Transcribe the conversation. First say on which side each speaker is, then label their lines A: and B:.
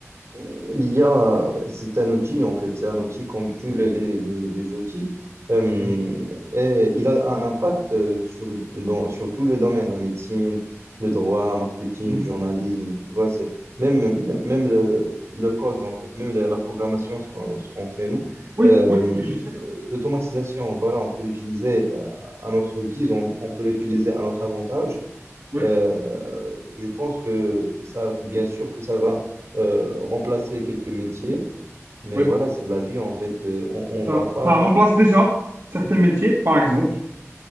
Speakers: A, on the right; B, on the right.
A: L'IA, c'est un outil, en fait, c'est un outil comme tous les, les- les- les outils. Euh,
B: Non.
A: et il a un impact euh, sur, dans- sur tous les domaines, la médecine, le droit, marketing,
B: Mm.
A: journalisme, tu vois, c'est même, même même le, le code, en fait, même la, la programmation, ce qu'on ce qu'on fait nous.
B: Oui,
A: Euh,
B: oui, oui, je sais.
A: l'automatisation, voilà, on peut l'utiliser euh, à notre guise, on, on peut l'utiliser à notre avantage.
B: Oui,
A: Euh, je pense que ça, bien sûr que ça va euh, remplacer quelques métiers, mais
B: oui.
A: voilà, c'est la vie en fait. Euh, On, on
B: Ça,
A: va pas.
B: ça remplace déjà certains métiers, par exemple.